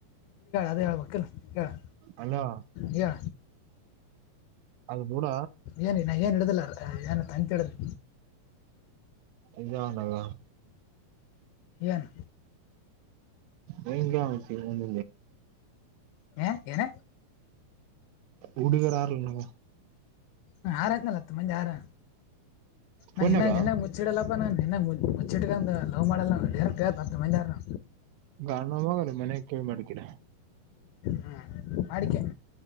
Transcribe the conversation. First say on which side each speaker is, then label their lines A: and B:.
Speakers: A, on the left; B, on the right.
A: ಅದೇಬೇಕಕ್ಕಲ್ಲ ಹೇಳ
B: ಅಲೋ
A: ಹೇಳ
B: ಅದು ಬಿಡ
A: ಏನ ನಾ ಏನ್ ಹಡುದಿಲ್ಲ ಏನ್ ಅಂತ ಹೇಳಿದ್
B: ಎಜ ಹೊಂಡಾಗ
A: ಎನ್
B: ಮ ಮತ್ತ ಒಂದ
A: ಹ ಏನ
B: ಉಡುಗರಾರಲ್ಲ
A: ಹ ಆರನಲ್ಲ ಮಂಜೆ ಆರ
B: ಫೋನ್ಯಾಗ
A: ನಾನ್ನಾಗ್ ನೆನ್ ಮುಚ್ಚಿಡಲ್ಲಪ್ಪ ನ ನನ್ಗ ಮುಚ್ಚ ಮುಚ್ಚಿಟಕ ಲೋವ ಮಾಡಡಲ್ಲ ಡೇರ ಕತತ ಮಂದಾರನ
B: ಗ ನ ಹೋಗಲ್ಲ ಮನೆಗ್ ಕೇಳ ಮಾಡಕೀರ
A: ಹ್ಞೂ ಮಾಡಿಕೆ